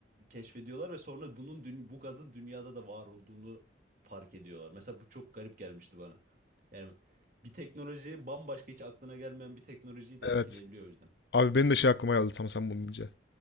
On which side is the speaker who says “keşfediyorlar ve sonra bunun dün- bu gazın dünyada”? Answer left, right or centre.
Right